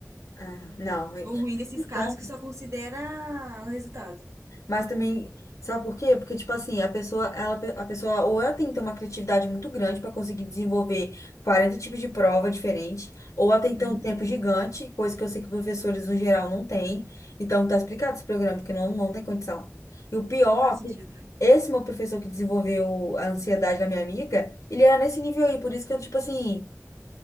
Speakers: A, on the left; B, on the right.
A: Ah, não.
B: O ruim desses casos
A: Como
B: é que só considera o resultado.
A: Mas também, sabe por quê? Porque, tipo assim, a pessoa, ela, a pessoa ou ela tem que ter uma criatividade muito grande para conseguir desenvolver 40 tipos de prova diferentes, ou ela tem que
B: Uhum.
A: ter um tempo gigante, coisa que eu sei que professores no geral não têm. Então, tá explicado esse programa, porque não, não tem condição. E o pior,
B: Não faz sentido,
A: é que
B: né?
A: esse meu professor que desenvolveu a ansiedade da minha amiga, ele era nesse nível aí, por isso que eu, tipo assim,